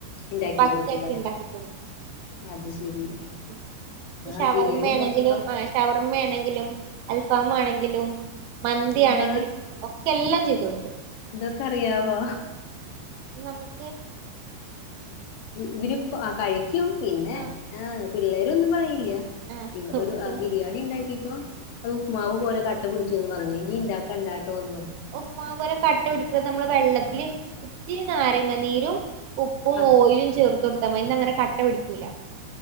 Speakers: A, on the left; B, on the right.
A: ഇണ്ടാക്കി
B: പക്കായ്റ്റ്ണ്ടാ
A: കൊടുക്കൂല്ലേ
B: ക്കികൊടുക്കും
A: അത് ശരി
B: ഉം ഞി
A: ആഹ്
B: ഷവർമാണെങ്കിലും
A: ബിരിയാണി ഇണ്ടാക്കിയപ്പോ
B: ആഹ് ഷവർമ്മേണെങ്കിലും അൽഫാമാ ണെങ്കിലും മന്തിയാണെങ്കിലും
A: ആഹാ
B: ഒക്കെ എല്ലം ചെയ്ത് കൊടുക്കും.
A: ഇതൊക്കെ അറിയാവോ.
B: നമ്ക്
A: മ് ഇവുരു അ കഴിക്കും പിന്നെ
B: ആ
A: ആഹ് പിള്ളേരൊന്നും പറയില്ല്യ.
B: ആ
A: ഇ അ ഒരു ബിരിയാണിണ്ടാകീപം അത് ഉപ്പ്മാവ്പോലെ ക ട്ട പുടിച്ചുന്നു പറഞ് ഇനി ഇണ്ടാക്കണ്ടാട്ടോ പറഞ്ഞു
B: ഉപ്പ്മാവ് പോലെ കട്ടപിടിക്കുന്നത് നമ്മൾ വെള്ളത്തില് ഇത്തിരി നാരങ്ങാനീരും. ഉപ്പും
A: ആഹ്
B: ഓയിലും ചേർത്തുകൊടുത്തമതി ന്നങ്ങനെ കട്ടപ്പിടിക്കൂല